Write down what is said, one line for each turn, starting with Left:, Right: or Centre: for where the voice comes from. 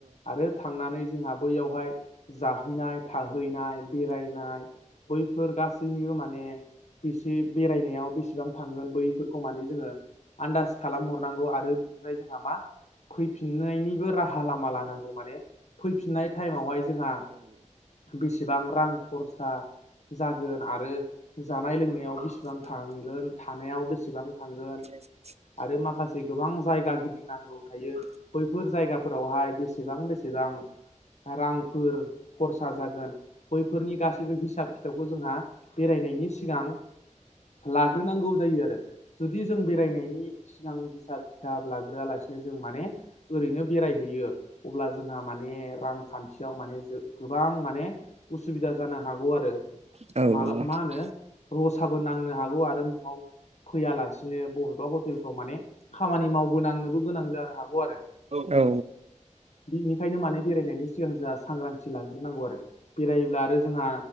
Left: आरो थांनानै जोंहा बैयावहाय जाहैनाय थाहैनाय बेरायनाय बैफोर गासैनिबो माने बेसे बेरायनायाव बेसेबां थांगोन बैफोरखौ माने जोङो आन्दाज खालाम हरनांगौ आरो बिनिफ्राय जोंहा मा फैफिननायनि राहा लामा लानांगौ माने फैफिननाय टाइमावहाय जोंहा बेसेबां रां खरसा जागोन आरो जानाय लोंनाय नायाव बेसेबां थांगोन थानायाव बेसेबां थांगोन
Right: <unintelligible>
Left: आरो माखासे गोबां जायगा गिदिंनांगौ थायो बैफोर जायगाफोरावहाय बेसेबां बेसेबां रांफोर खरसा जागोन बैफोरनि गासैबो हिसाब खिथाबखौ जोंहा बेरायनायनि सिगां लाग्रोनांगौ जायो आरो जुदि जों बेरायनायनि सिगां हिसाब खिथाब लाग्रोआ लासिनो जों माने ओरैनो बेरायहैयो अब्ला जोंहा माने रांखान्थियाव माने जो गोबां माने उसुबिदा जानो हागौ आरो
Right: औ
Left: माला मा होनो रसाबो नांनो हागौ आरो न'आव फैयालासिनो बबेबा हटेलफ्राव माने खामानि मावबोनांनोबो गोनां जानो हागौ आरो
Right: औ औ
Left: बिनिखायनो माने बेरायनायनि सिगां जा सांग्रांथि लाग्रोनांगौ आरो बेरब्ला आरो जोंहा